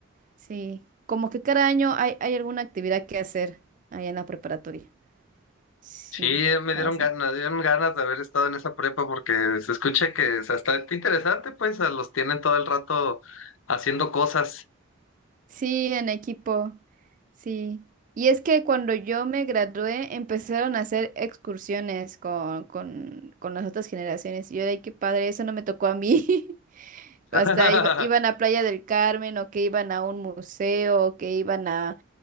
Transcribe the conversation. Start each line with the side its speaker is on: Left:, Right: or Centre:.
Right: Sí, como que cada año hay, hay alguna actividad que hacer allá en la preparatoria. Sí,
Left: Sí, me
Right: cada
Left: dieron ganas, me dieron ganas de haber estado en esa prepa porque se escucha que o sea, está interesante, pues a los tienen todo el rato haciendo cosas.
Right: Sí, en equipo, sí. Y es que cuando yo me gradué empezaron a hacer excursiones con, con, con las otras generaciones. Y yo, ay, qué padre, eso no me tocó a mí. <laughs> Hasta
Left: <laughs>
Right: iba- iban a Playa del Carmen o que iban a un museo o que iban a,